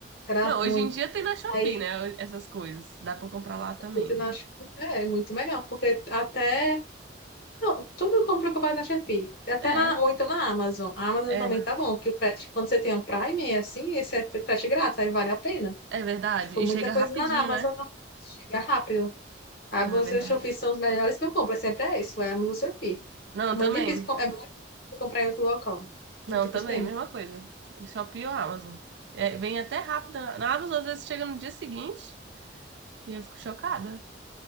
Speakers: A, on the left; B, on the right.
A: Era
B: Não,
A: ruim.
B: hoje em dia tem na Shopee,
A: Aí
B: né? Essas coisas. Dá pra comprar lá também.
A: Eu acho que é muito melhor, porque até. Não, tudo eu compro pacote na Shopee. Até
B: É,
A: na, ou então na Amazon. A Amazon
B: é,
A: também
B: né?
A: tá bom, porque o frete, quando você tem um Prime, é assim, esse é frete grátis, aí vale a pena.
B: É verdade.
A: Tipo,
B: E
A: muita
B: chega
A: coisa
B: rapidinho,
A: na Amazon
B: né?
A: não chega rápido. A
B: Não,
A: Amazon
B: é verdade.
A: e o Shopee são os melhores que eu compro, sempre é isso, é a Amazon e o Shopee.
B: Não,
A: Muito
B: também.
A: difícil, com- é muito difícil comprar em outro local.
B: Não,
A: Muito difícil
B: também,
A: mesmo.
B: mesma coisa. Shopee ou Amazon. É, vem até rápido. Na na Amazon, às vezes, chega no dia seguinte e eu fico chocada.